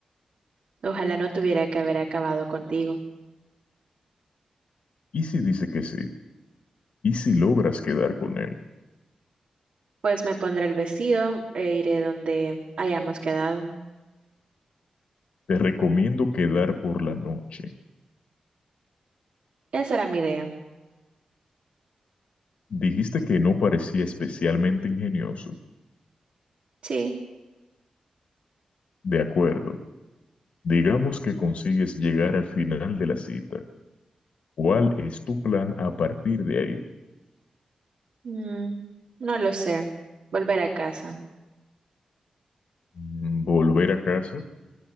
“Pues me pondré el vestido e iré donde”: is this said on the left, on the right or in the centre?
Right